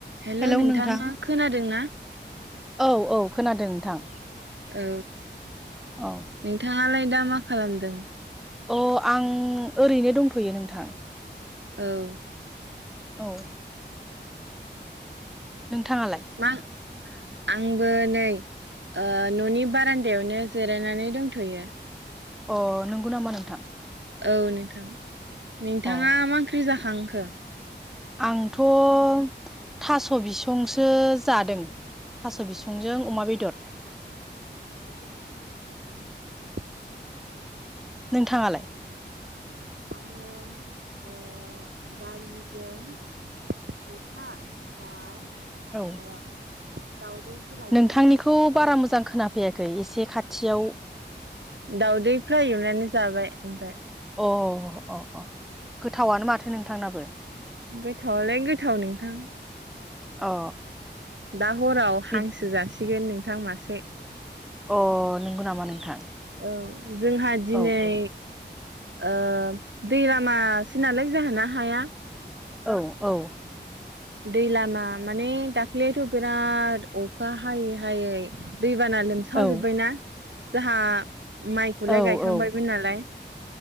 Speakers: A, on the right (about 75°); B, in the centre.
A: हेल'
B: hello
A: नोंथाङा
B: नोंथां
A: खोनादों ना?
B: औ औ खोनादों नोंथां।
A: औ
B: औ
A: नोंथाङालाय दा मा खालामदों?
B: अ आं ओरैनो दंथ'यो नोंथां।
A: औ
B: औ नोंथाङालाय?
A: मा आंबो नै ओ न'नि बारान्दायावनो जिरायनानै दंथ'यो ।
B: अ नंगौ नामा नोंथां?
A: औ नोंथां नोंथाङा
B: अ
A: मा ओंख्रि जाखांखो?
B: आंथ' थास' बिसंसो जादों। थास' बिसंजों अमा बेदर।
A: <inaudible>
B: नोंथाङालाय?
A: आङो ओ दालिजों मैथा ओमफ्राय माबा
B: औ
A: दाउदैसो लायदोंमोन
B: नोंथांनिखौ
A: दाउदै फ्राय
B: बारा मोजां खोनाफैयाखै एसे खाथियाव
A: दावदै फ्राय एवनानै जाबाय ओमफ्राय
B: अ अ अ गोथावानो माथो नोंथांनाबो
A: गोथावालाय गोथाव नोंथां
B: अ
A: दा हराव
B: बि
A: हांसो जासिगोन नोंथां मासे
B: अ नंगौ नामा नोंथां?
A: औ जोंहा दिनै
B: औ औ
A: ओ दै लामासो नालाय जोंहाना हाया
B: औ औ
A: दै लामा माने दाखलैथ' बिराद अखा हायै हायै दैबाना लोमसाजोब्बायना
B: औ
A: जोंहा माइखौलाय
B: औ
A: गायखांबायमोन
B: औ
A: नालाय